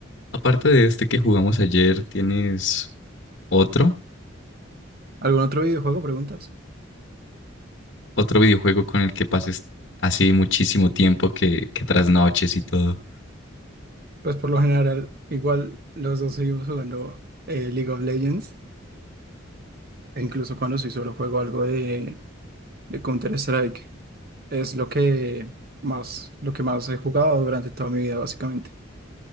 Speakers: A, on the left; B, on the right.
A: Aparte de este que jugamos ayer, ¿tienes otro?
B: ¿Algún otro videojuego, preguntas?
A: ¿Otro videojuego con el que pases así muchísimo tiempo que, que trasnoches y todo?
B: Pues por lo general, igual los dos seguimos jugando eh, League of Legends, e incluso cuando sí solo juego algo de, de Counter-Strike. Es lo que más, lo que más he jugado durante toda mi vida, básicamente.